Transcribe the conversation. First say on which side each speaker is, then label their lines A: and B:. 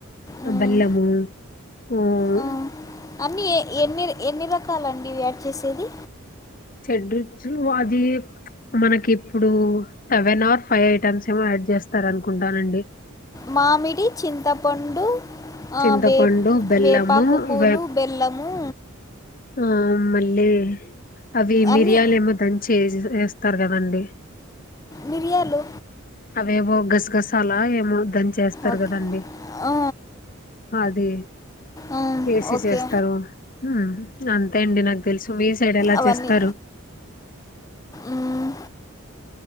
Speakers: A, on the left; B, on the left.
A: మ్మ్,
B: బెల్లము, ఉహ్
A: మ్మ్. అన్నీ ఎ ఎన్ని ఎన్ని రకాలండివే చేసేది
B: చేడ్రుచులు అది. మనకి ఇప్పుడు సెవెన్ అర్ ఫైవ్ ఐటమ్స్ ఏమో యాడ్ చేస్తారు అనుకుంటానండి.
A: మామిడి, చింతపండు, ఆ
B: చింతపండు
A: వేప్
B: బెల్లము
A: వేపాకు పూలు,
B: వే
A: బెల్లము,
B: ఆ మళ్లీ అవి
A: అన్నీ
B: మిర్యాలేమో దంత్ చేసేస్ వేస్తారు కదండీ.
A: మిర్యాలు
B: అవేవో గసగస్ తలా ఏమో దంచేస్తారు
A: ఓకే
B: కదండి.
A: ఆ,
B: అది
A: ఆ,
B: ఏసి
A: ఓకే
B: చేస్తారు. అ అంతే అండి నాకు తెలుసు మీ సైడ్ ఎలా
A: అవన్నీ
B: చేస్తారు
A: మ్మ్